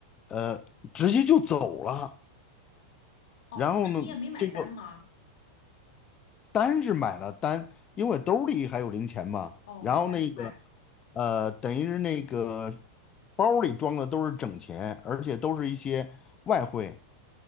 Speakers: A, on the left (about 30°); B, on the left (about 70°).
A: 呃直接就走了，
B: 哦，
A: 然后呢，
B: 那你也没买单吗？
A: 这个单是买了单，因为兜里还有零钱嘛。
B: 哦，
A: 然后那个，
B: 明白明白。
A: 呃，等于是那个包里装的都是整钱，而且都是一些外汇。